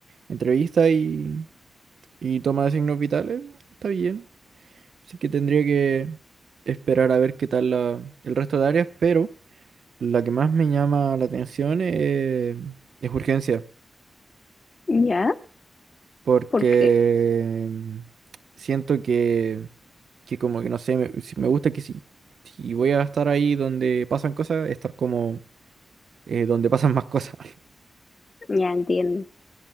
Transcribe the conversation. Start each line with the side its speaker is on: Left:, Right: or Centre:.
Right: entrevistas y, y toma de signos vitales, está bien. Así que tendría que esperar a ver qué tal la- el resto de áreas, pero la que más me llama la atención eh, es urgencia,
Left: Ya,
Right: porque
Left: porque
Right: siento que que como que no sé, me, si- me gusta que si, si voy a estar ahí donde pasan cosas, estar como eh, donde pasan más cosas. <laughs>
Left: ya entiendo.